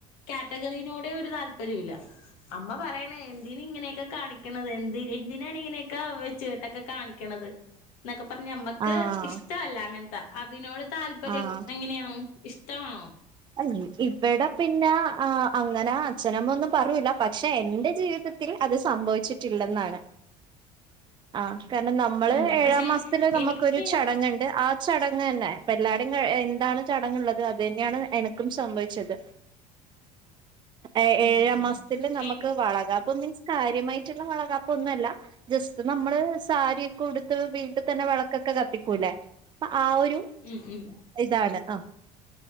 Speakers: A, on the left; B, on the right.
A: ക്യാറ്റഗറിനോടെ ഒരു താല്പര്യം ഇല്ല അമ്മ പറയണേ എന്തിന് ഇങ്ങനെക്ക കാണിക്കണത് എന്ത്‌ എന്തിനാണ് ഇങ്ങനെക്ക വെച് ച്ച് ക്കെട്ടൊക്ക കാണിക്ക്യണത് എന്നൊക്ക പറഞ്ഞ് അമ്മക്ക്
B: ആഹ്
A: ഇഷ്ടവല്ല അങ്ങൻത്ത അതിനോട് താല്പര്യോക്ക
B: ആഹ്
A: എങ്ങനെയാണ് ഇഷ് ട്ടവാണോ
B: ആഹ് ഇവിട പിന്ന ആഹ് അങ്ങന അച്ഛനമ്മ ഒന്നും പറൂല്ല പക്ഷെ എന്റെ ജീവിതത് ത്തിൽ അത് സംഭവിച്ചിട്ടിള്ളെന്നാണ് ആഹ് കാരണം നമ്മള്
A: ഉം
B: ഏഴാം
A: പക്ഷെ
B: മാസത്തില് നമുക്കൊരു
A: എനിക്ക്
B: ചടങ്ങ്ണ്ട് ആത് ചടങ്ങ്ന്നേ അപ്പ എല്ലാടെംങ്ങ് എന്താണ് ചടങ്ങ്ള്ളത് അത് തന്നെയാണ് എനക്കും സംഭവിച്ചത്
A: <inaudible>
B: എ
A: ഉം
B: ഏഴാം
A: ഉം
B: മാസത്തില് നമുക്ക്
A: എനി
B: വളകാപ് പ്പ് മീൻസ് കാര്യമായിട്ടുള്ള വളകാപ്പ് ഒന്നുവല്ല ജസ്റ്റ് നമ്മള് സാരി ക്കുടുത്ത് വീട്ടി തന്നെ വെളക്കൊക്കെ കത്തിക്കൂല്ലേ പ്പ ആഹ് ഒരു
A: ഉം ഉം
B: ഇതാണ് ആ